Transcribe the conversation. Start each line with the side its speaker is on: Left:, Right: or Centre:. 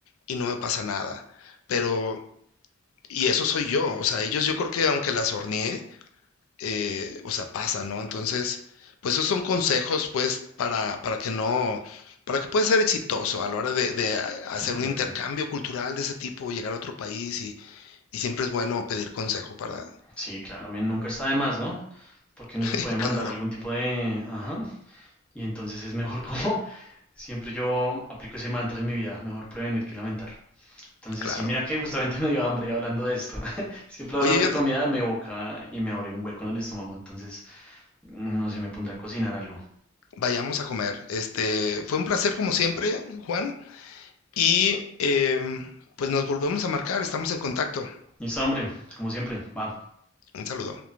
Left: y no me pasa nada. Pero y eso soy yo, o sea, ellos yo creo que aunque las horneé, eh, o sea, pasa, ¿no? Entonces, pues esos son consejos, pues, para, para que no, para que puedas ser exitoso a la hora de, de a- hacer
Centre: ok,
Left: un intercambio
Centre: ok.
Left: cultural de ese tipo, llegar a otro país y, y siempre es bueno pedir consejo para,
Centre: Sí, claro, men, nunca está de más, ¿no? porque uno
Left: <laughs>
Centre: se puede mandar
Left: claro,
Centre: algún tipo de... Ajá. Y entonces es mejor <laughs> como... Siempre yo aplico ese mantra en mi vida, mejor prevenir que lamentar. Entonces,
Left: claro.
Centre: sí, mira que justamente <laughs> me dio hambre hablando de esto. <laughs> Siempre hablar
Left: Oye,
Centre: de
Left: yo,
Centre: comida
Left: ta-
Centre: me evoca y me abre un hueco en el estómago. Entonces, no sé, me pondré a cocinar algo.
Left: vayamos a comer. Este, fue un placer como siempre, Juan, y em, pues nos volvemos a marcar, estamos en contacto.
Centre: Listo, hombre, como siempre, va.
Left: Un saludo.